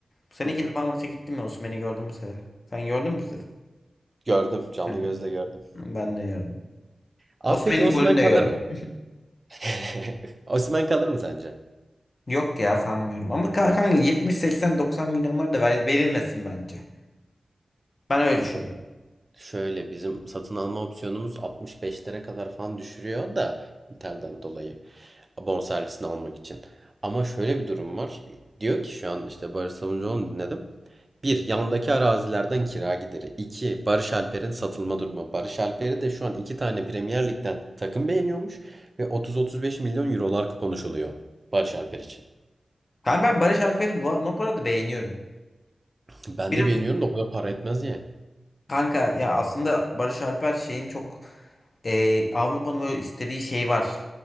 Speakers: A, on the left (about 50°); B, on the right (about 35°).
A: Bu sene
B: Hı hı.
A: iki defa maça gittim ya. Osimhen'i gördüm bu sefer. Sen gördün mü bu sefer?
B: Gördüm canlı
A: Sen-
B: gözle gördüm.
A: Ben de gördüm.
B: Abi
A: Osimhen'in
B: peki Osimhen
A: golünü
B: kalır
A: de gördüm.
B: mı? <laughs> Osimhen kalır mı sence?
A: Yok ya sanmıyorum. Ama ka- kanka 70, 80, 90 milyonlar da ver- verilmesin bence. Ben öyle
B: Ya
A: düşünüyorum.
B: o şöyle bizim satın alma opsiyonumuz 65 lira kadar falan düşürüyor da Inter'den dolayı abon servisini almak için. Ama şöyle bir durum var. Diyor ki şu an işte Barış Sabuncuoğlu'nu dinledim. Bir, yandaki arazilerden kira gideri. İki, Barış Alper'in satılma durumu. Barış Alper'i de şu an iki tane Premier Lig'den takım beğeniyormuş ve 30-35 milyon eurolar konuşuluyor Barış Alper için.
A: Ben, ben Barış Alper'i bu, bu arada beğeniyorum.
B: Ben
A: Biraz
B: de beğeniyorum da o kadar para etmez yani.
A: kanka ya aslında Barış Alper şeyin çok e, Avrupa'nın böyle istediği şey var.